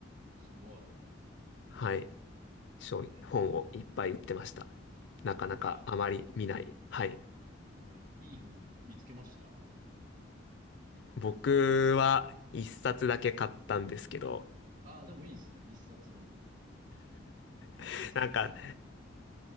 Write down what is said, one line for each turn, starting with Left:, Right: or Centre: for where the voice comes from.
Right: すごい。
Left: はい、書本をいっぱい売ってました。
Right: えー、
Left: なかなかあまり見ない。
Right: なんか、
Left: はい。
Right: えーいい本見つけました
Left: 僕は一冊だけ買ったんですけど、
Right: ああー、でもいいですね。一冊でも。はい、
Left: <laughs>
Right: 見つけられたら。
Left: なんか、